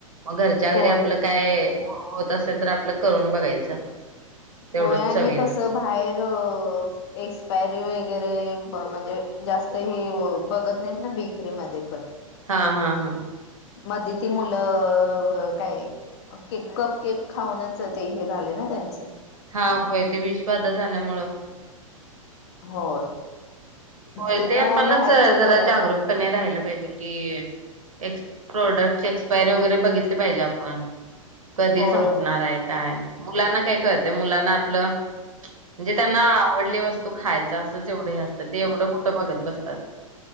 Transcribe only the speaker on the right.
मग घरच्या
घरीे आपलं काय होत असेल तर आपलं करून बघायचं. तेवढंच
चवीला.
हा हा हा.
हा. होय ते विष बाधा झाल्यामुळं.
होय.
ते आपणच
जरा
जागरूकपणे राहिलं पाहिजे की प्रोडक्टची एक्सपायरी वगैरे बघितली पाहिजे आपण. कधी
संपणार
आहे, काय मुलांना काय कळतय मुलांना आपलं म्हणजे त्यांना आवडली वस्तू खायच असच एवढे असतं ते एवढं कोठं बघत बसतात?